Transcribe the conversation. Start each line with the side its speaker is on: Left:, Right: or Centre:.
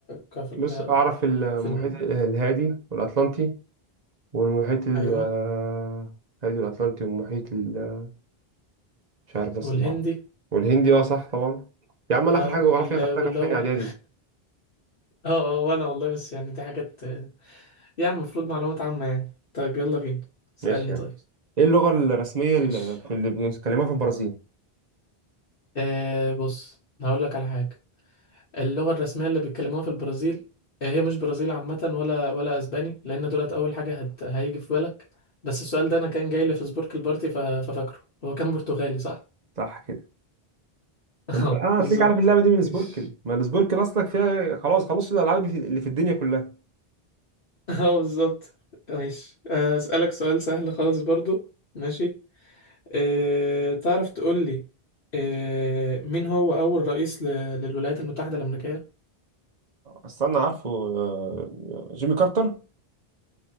Left: ك في ال...
Right: بص أعرف المحيط
Left: في الم...
Right: الهادي والأطلنطي والمحيط ال-
Left: أيوه
Right: آه، الهادي والأطلنطي والمحيط ال- مش عارف بس
Left: والهندي
Right: اللي أعرفه. والهندي اه صح طبعا يا عم أنا
Left: اه
Right: آخر حاجة جغرافيا
Left: وال...
Right: خدتها
Left: واللي
Right: كانت في
Left: هو
Right: تاني إعدادي
Left: ال- <laughs> اه اه وأنا والله بس يعني دي حاجات آه، يعني المفروض معلومات عامة يعني طيب يلا بينا اسألني
Right: ماشي
Left: طيب
Right: يعني إيه اللغة الرسمية اللي
Left: ماشي
Right: في- اللي بيتكلموها في البرازيل
Left: آه بص هقول لك على حاجة اللغة الرسمية اللي بيتكلموها في البرازيل آه، هي مش برازيل عامة ولا ولا أسباني لأن دولت أول حاجة هت... هيجي في بالك بس السؤال ده أنا كان جاي لي في سبورك البارتي ف... ففاكره هو كان برتغالي صح؟
Right: صح كده
Left: <laughs> اه
Right: انت اه
Left: بالظبط
Right: هتلاقيك عارف اللعبه دي من
Left: ماشي
Right: سبوركل ما السبوركل اصلك فيها خلاص خلاص الالعاب اللي في اللي في الدنيا كلها
Left: <laughs> اه بالظبط ماشي آه، أسألك سؤال سهل خالص برضو ماشي أه... تعرف تقول لي أه... مين هو أول رئيس ل... للولايات المتحدة الأمريكية؟
Right: استنى عارفه آه، جيمي كارتر